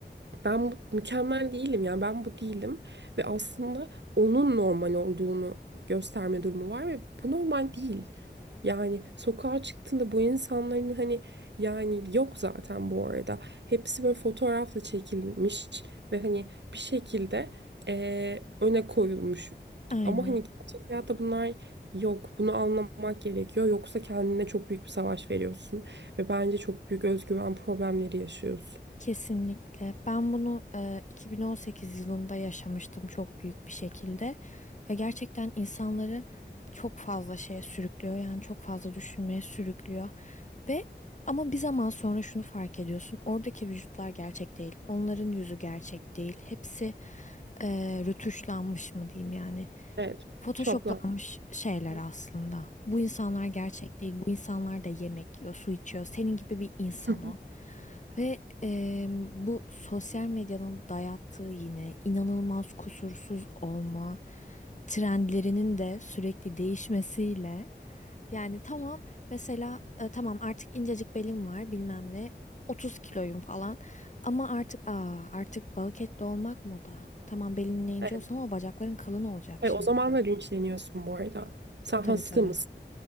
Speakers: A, on the right (about 80°); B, on the left (about 45°).
A: ben bu- mükemmel değilim yani ben bu değilim ve aslında onun normal olduğunu gösterme durumu var ve bu normal değil. Yani sokağa çıktığında bu insanların hani yani yok zaten bu arada. Hepsi böyle fotoğrafla çekilmiş ve hani bir şekilde eee, öne koyulmuş.
B: Aynen.
A: Ama hani gerçek hayatta bunlar yok. Bunu anlamak gerekiyor. Yoksa kendine çok büyük bir savaş veriyorsun ve bence çok büyük özgüven problemleri yaşıyorsun.
B: Kesinlikle. Ben bunu e, 2018 yılında yaşamıştım çok büyük bir şekilde ve gerçekten insanları çok fazla şeye sürüklüyor. Yani çok fazla düşünmeye sürüklüyor. Ve ama bir zaman sonra şunu fark ediyorsun. Oradaki vücutlar gerçek değil. Onların yüzü gerçek değil. Hepsi e, rötuşlanmış mı diyeyim yani.
A: Evet.
B: Photoshoplanmış
A: şoplan.
B: şeyler
A: <laughs>
B: aslında. Bu insanlar gerçek değil. Bu insanlar da yemek yiyor, su içiyor. Senin gibi bir insan
A: Hı hı.
B: o. Ve eee, bu sosyal medyanın dayattığı yine inanılmaz kusursuz olma trendlerinin de sürekli değişmesiyle yani tamam mesela e, tamam artık incecik belim var bilmem ne 30 kiloyum falan ama artık aa artık balık etli olmak moda. Tamam belin ince
A: Evet.
B: olsun ama bacakların kalın olacak
A: E,
B: şimdi.
A: o zaman da linçleniyorsun bu arada. Sen
B: Tabii
A: hasta
B: tabii.
A: mısın?